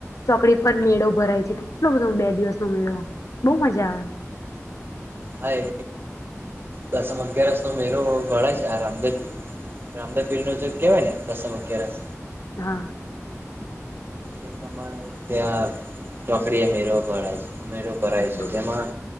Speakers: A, on the left; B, on the right.
A: ચોકડી પર મેળો ભરાય છે, કેટલો બધો બે દિવસ નો મેળો બહુ મજા આવે.
B: હા એ દસમ અગિયારસ નો મેરો ભળ છે આ રામદેપીર, રામદેપીર નો જે કેવાય ને દસમ અગયારસ
A: હા.
B: એ પ્રમાણે ત્યાં ચોકડી એ મેળવ પડાય છે. મેળો ભરાય
A: હમ.
B: છે જેમાં